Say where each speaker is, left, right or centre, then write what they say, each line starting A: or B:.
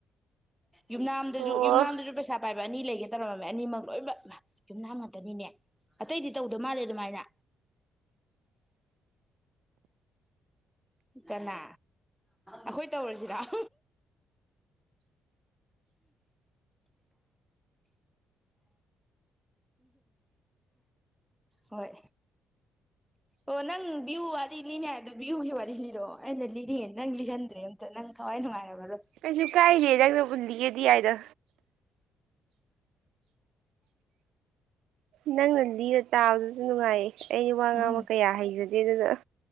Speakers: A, in the centre; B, on the right (about 85°).
A: ꯌꯨꯝꯅꯥꯝꯗꯁꯨ
B: ꯑꯣ
A: ꯌꯨꯝꯅꯥꯝꯗꯁꯨ ꯄꯩꯁꯥ ꯄꯥꯏꯕ ꯑꯅꯤ ꯂꯩꯒꯦ ꯇꯧꯔꯝꯃꯝꯃꯦ ꯑꯅꯤꯃꯛ ꯂꯣꯏꯅꯃꯛ ꯌꯨꯝꯅꯥꯝ ꯉꯥꯛꯇꯅꯤꯅꯦ ꯑꯇꯩꯗꯤ ꯇꯧꯗꯧ ꯃꯥꯜꯂꯦ ꯑꯗꯨꯃꯥꯏꯅ ꯀꯅꯥ ꯑꯩꯈꯣꯏ ꯇꯧꯔꯤꯁꯤꯅꯝ ꯍꯣꯏ ꯑꯣ ꯅꯪ ꯕꯤ꯭ꯌꯨ ꯋꯥꯔꯤ ꯂꯤꯅꯤ ꯍꯥꯏꯕꯗꯣ ꯕꯤ꯭ꯌꯨꯒꯤ ꯋꯥꯔꯤ ꯂꯤꯔꯣꯑꯣ ꯑꯩꯅ ꯂꯤꯔꯤꯌꯦ ꯅꯪ ꯂꯤꯍꯟꯗ꯭ꯔꯦ ꯑꯝꯇ ꯅꯪ ꯊꯋꯥꯏ ꯅꯨꯡꯉꯥꯏꯔꯕꯅꯣ
B: ꯀꯁꯨ ꯀꯥꯏ ꯍ ꯗꯕꯨꯟ ꯂꯗꯤ ꯑꯗ ꯅꯪꯅ ꯂꯤꯔ ꯇꯥꯕꯗꯨꯁꯨ ꯅꯨꯡꯉꯥꯏꯌꯦ ꯑꯩ ꯋꯥ ꯉꯥꯡꯕ
A: ꯎꯝ
B: ꯀꯌꯥ ꯍꯥꯏꯖꯒꯦ ꯑꯗꯨ ꯑꯗꯨꯗ